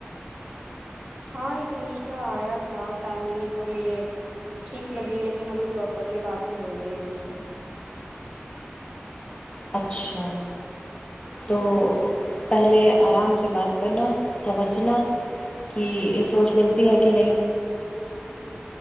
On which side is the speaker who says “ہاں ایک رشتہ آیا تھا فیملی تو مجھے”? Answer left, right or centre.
Right